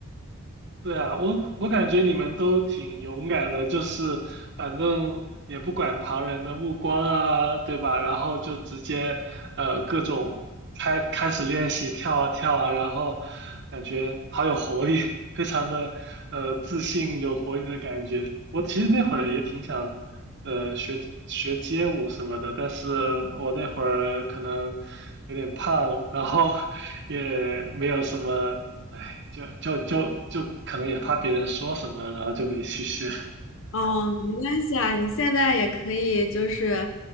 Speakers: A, on the right; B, on the left.
A: 对啊，我我感觉你们都挺勇敢的，就是反正也不管旁人的目光啊，对吧？然后就直接呃各种开开始练习跳啊跳啊，然后感觉好有活力，非常的呃自信有活力的感觉。我其实那会儿也挺想呃学学街舞什么的，但是我那会儿可能有点胖，然后 <laughs> 也没有什么，哎，就就就就可能也怕别人说什么，然后就没去学。<laughs>
B: 哦，<laughs> 没关系啊，你现在也可以，就是，